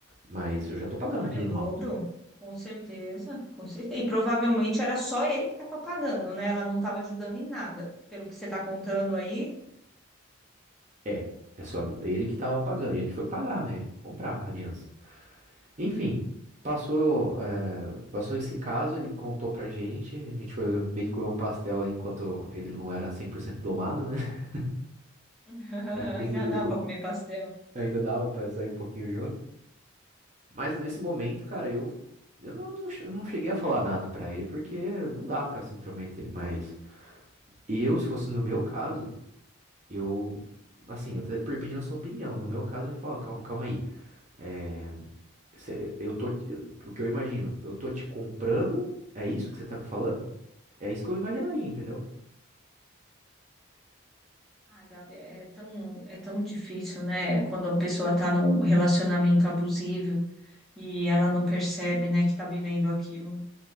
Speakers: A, on the right; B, in the centre.
A: mas eu já tô pagando
B: Claro,
A: um dinheiro
B: é o dobro,
A: alto.
B: com certeza, com certeza. E provavelmente era só ele que estava pagando, né? Ela não estava ajudando em nada, pelo que você está contando aí.
A: É, é só ele que tava pagando, ele que foi pagar, né, comprar a aliança. Enfim, passou, é, passou esse caso, ele contou pra gente, a gente foi meio que comer um pastel aí enquanto ele não era 100% domado, né? <laughs>
B: <laughs>
A: A gente conseguiu.
B: Ainda dá para comer pastel.
A: Ainda dava pra sair um pouquinho junto. Mas nesse momento, cara, eu, eu não, não che- eu não cheguei a falar nada pra ele, porque não dá pra se intrometer. Mas eu, se fosse no meu caso, eu. Assim, eu até per- pedindo a sua opinião. No meu caso, eu falo, calma, calma aí. É, cê- eu tô. te- Porque eu imagino, eu tô te comprando, é isso que você tá me falando? É isso que eu imaginaria, entendeu?
B: Ai, Gabi, é tão, é tão difícil, né? Quando a pessoa está num relacionamento abusivo e ela não percebe, né, que está vivendo aquilo.